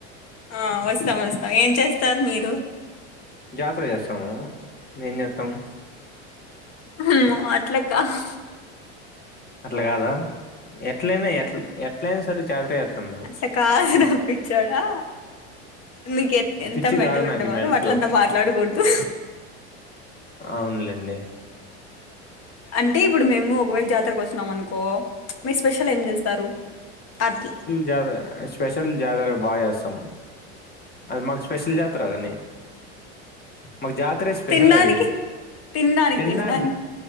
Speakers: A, on the left (about 45°); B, on the left (about 25°).
A: ఆ వస్తాం వస్తాం ఏం చేస్తారు మీరు
B: జాతర చేస్తాము ఎంజేత్తం
A: అమ్మో అట్లా కాద్
B: అట్లా కాదా ఎట్లయినా ఎట్ ఎట్లయినా సరే జాతర చేస్తాం మేము
A: అట్లా కాదుర పిచ్చోడా నీకు ఎ ఎంత
B: పిచ్చి
A: మెంటల్
B: కాదు నాకు
A: ఉంటే మాత్రం
B: మెంట్లో
A: అట్లంతా మాట్లాడుకుడదు
B: అవునులేండి
A: అంటే ఇప్పుడు మేము ఒకవేళ జాతరకు వచ్చినామనుకో అనుకో మీరు స్పెషల్ ఏం చేస్తారు అట్లా
B: జత స్పెషల్ జాతర బా చేస్తాము అది మాకు స్పెషల్ జతాగాని మాకు జాతర స్పెషల్
A: తినడానికి
B: అది
A: తినడానికి
B: తిన్డానికి
A: తినడానికి